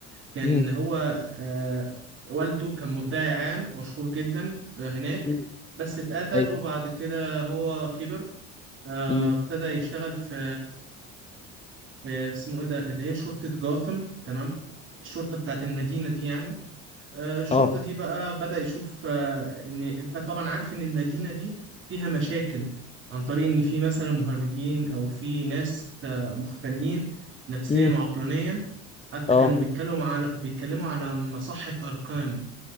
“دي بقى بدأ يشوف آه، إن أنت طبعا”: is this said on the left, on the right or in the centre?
Right